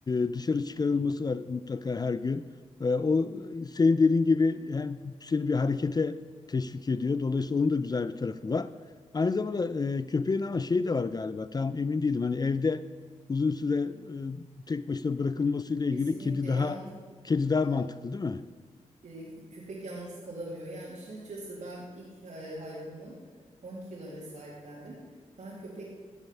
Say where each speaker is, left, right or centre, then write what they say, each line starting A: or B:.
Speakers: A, on the left (about 30°); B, on the right (about 70°).
A: e, dışarı çıkarılması var mutlaka her gün. E, o senin dediğin gibi hem seni bir harekete teşvik ediyor. Dolayısıyla onun da güzel bir tarafı var. Aynı zamanda e, köpeğin ama şeyi de var galiba. Tam emin değilim. Hani evde uzun süre e, tek başına bırakılmasıyla ilgili
B: Kesinlikle
A: kedi daha
B: yalnız
A: kedi daha
B: kalam
A: mantıklı değil mi?
B: e, köpek yalnız kalamıyor. Yani işin açıkçası ben ilk hay- hayvanımı 12 yıl önce sahiplendim. Ben köpek